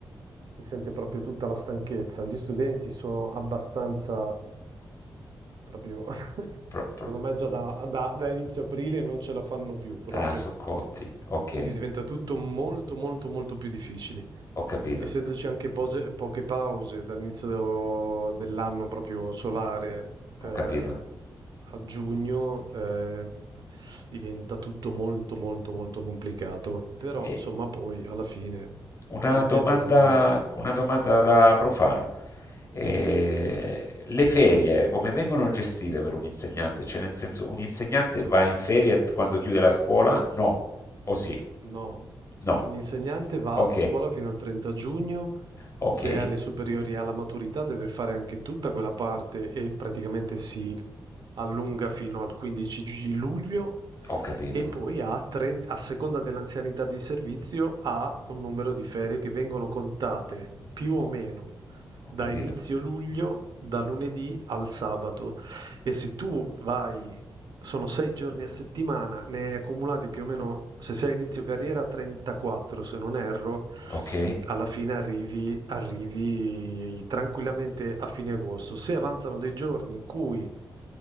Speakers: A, on the right; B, on the left.
A: si sente proprio tutta la stanchezza. Gli studenti sono abbastanza Proprio, <laughs>
B: Pro-
A: secondo
B: pro-
A: me già da, da- da inizio aprile non ce la fanno più proprio.
B: Ah, soccotti. Ok,
A: Quindi diventa tutto molto, molto, molto più difficile.
B: ho capito,
A: Essendoci anche pose- poche pause dall'inizio do- dell'anno proprio solare,
B: ho
A: eh,
B: capito.
A: a giugno, eh, diventa tutto molto, molto, molto complicato. Però,
B: E
A: insomma, poi alla fine
B: una
A: arrivi
B: domanda,
A: a giugno.
B: una domanda da profano. Eh,
A: Sì,
B: le ferie come vengono gestite per un insegnante? Cioè, nel senso, un insegnante
A: sì.
B: va in ferie quando chiude la scuola? No, o sì?
A: No,
B: No.
A: l'insegnante va
B: Ok,
A: a scuola fino al 30 giugno,
B: ok,
A: se è alle superiori e alla maturità deve fare anche tutta quella parte e praticamente si allunga fino al 15 gi- luglio
B: ho capito.
A: e poi a, 30 a seconda dell'anzianità di servizio ha un numero di ferie che vengono contate più o
B: Ho,
A: meno
B: ho
A: da
B: capito.
A: inizio luglio, da lunedì al sabato. E se tu vai, sono sei giorni a settimana, ne hai accumulati più o meno, se sei a inizio carriera, 34 se non erro,
B: Ok,
A: alla fine arrivi, arrivi tranquillamente a fine agosto. Se avanzano dei giorni in cui